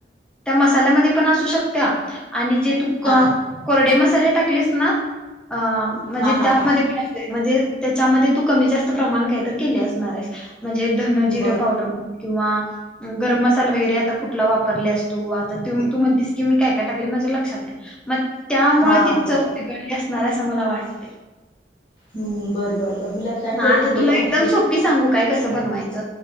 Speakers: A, in the centre; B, on the left.
A: त्या मसाल्या मध्ये पण शकत्या. आणि जे तु को
B: हा
A: कोरडे मसाले टाकलीस ना, अ म्हणजे
B: हा हा
A: त्यामध्ये
B: हा
A: पण असेल. म्हणजे त्याच्यामध्ये तू कमी जास्त प्रमाण काहीतरी केले असणार आहे. म्हणजे धन, जिर
B: बर
A: पावडर किंवा गरम मसाला वगैरे आता कुठला वापरल्यास तु. आता तू तू म्हणतीस की मी काय काय टाकले माझे लक्षात नाही. मग, त्यामुळे
B: हा
A: ती
B: बरोबर
A: चव बिघडली असणार अस मला वाटतय.
B: हम्म, बर बर बर मी लक्षात
A: हा,
B: ठेवेन
A: आता
B: घे
A: तुला
B: आणि
A: एकदम
B: तू
A: सोपी
B: तसं सांग
A: सांगू की काय कस बनवायच‌,